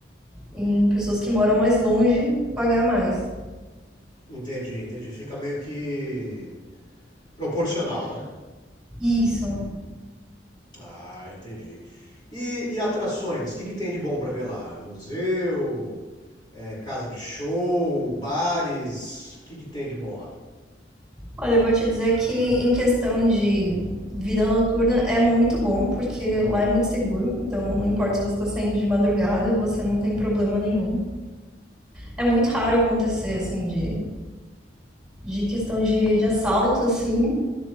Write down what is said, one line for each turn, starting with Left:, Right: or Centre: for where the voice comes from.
Centre: em pessoas que moram mais longe pagar mais.
Left: Entendi, entendi. Fica meio que proporcional, né?
Centre: Isso.
Left: Ah, entendi. E, e atrações? O que que tem de bom para ver lá? Museu, é, casa de show, bares? O que que tem de bom lá?
Centre: Olha, eu vou te dizer que em questão de vida noturna é muito bom, porque lá é muito seguro, então não importa se você está saindo de madrugada, você não tem problema nenhum. É muito raro acontecer, assim, de, de questão de, de assalto, assim,